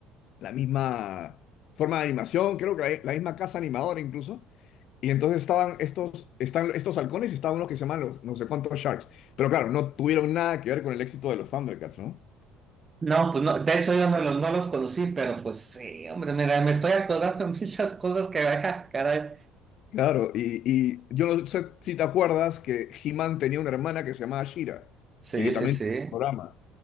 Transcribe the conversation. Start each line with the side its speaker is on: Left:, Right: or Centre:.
Left: la misma forma de animación, creo que la, la misma casa animadora incluso. Y entonces estaban estos, están estos halcones y estaban unos que se llaman los no sé cuántos Sharks. Pero claro, no tuvieron nada que ver con el éxito de los Thundercats, ¿no?
Right: No, pues no, de hecho yo no los, no los conocí, pero pues sí, hombre, mira, me estoy acordando de muchas cosas que, ah, caray.
Left: Claro, y, y yo no sé si te acuerdas que He-Man tenía una hermana que se llamaba Shira
Right: Sí,
Left: y que
Right: sí,
Left: también
Right: sí.
Left: tenía un programa,